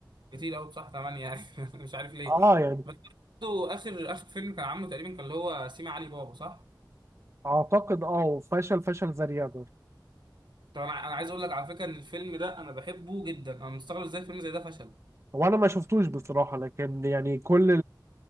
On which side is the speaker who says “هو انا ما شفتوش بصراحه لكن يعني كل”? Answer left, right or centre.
Right